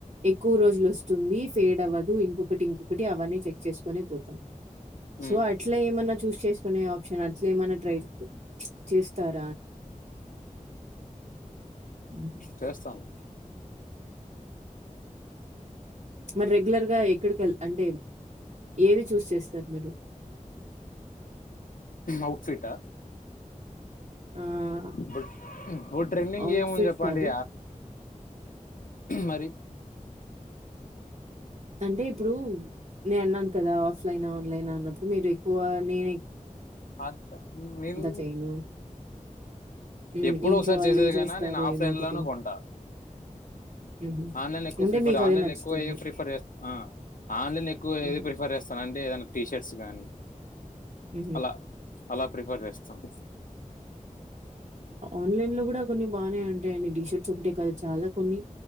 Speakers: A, on the right; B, on the left.
A: ఎక్కువ రోజులు వస్ తుంది ఫేడ్ అవ్వదు ఇంకొకటి ఇంకొకటి అవన్నీ చెక్ చేసుకునే పోతాం
B: హ్మ్.
A: సో అట్లా ఏమన్నా చూస్ చేసుకునే ఆప్షన్ అ అట్లేమన్న ట్రై చే చేస్తార్ హ్మ్.
B: చేస్తాను
A: మరి రెగ్యులర్ గా ఎక్కడికి వె అంటే ఏది చూస్ చేస్తారు మీరు
B: ఔట్ సైట్
A: ఆహ్,
B: ఇప్పుడు ఇప్పుడు ట్రెండింగ్
A: అవుట్‌ఫిట్
B: ఏముంది చెప్పండి
A: కాదు.
B: మరి
A: అంటే ఇప్పుడు నేను అన్నాను కదా ఆఫ్లైన్ ఆన్లైన్ అన్నప్పుడు మీరు ఎక్కువ నేను
B: అ నేను
A: చేయను. హ్మ్.
B: ఎప్పుడు
A: ఇంట్లో
B: ఒకసారి
A: వాళ్ళే
B: చేసేదికైనా
A: చేస్తారు
B: నేను ఆఫ్లైన్
A: ఏమో ఒకటి.
B: లోనే కొంటా
A: హుహు.
B: ఆన్లైన్ ఎక్కువ
A: అంటే
B: ప్రిఫర్
A: మీకదే
B: ఆన్లైన్
A: నచ్చుతుంది.
B: ఎక్కువ ఏ ప్రిఫర్ చేస్త ఆ ఆన్లైన్ లో ఎక్కువ
A: హుహు.
B: ఏద ప్రిఫర్ చేస్తాన అంటే ఏదై షర్ట్స్ కానీ
A: హ
B: అలా అలా ప్రిఫేర్ చేస్తాం
A: ఆన్లైన్ లో కూడా కొన్ని బాగు ఉంటాయండి షర్ట్ చుటే కదా చాలా కొన్ని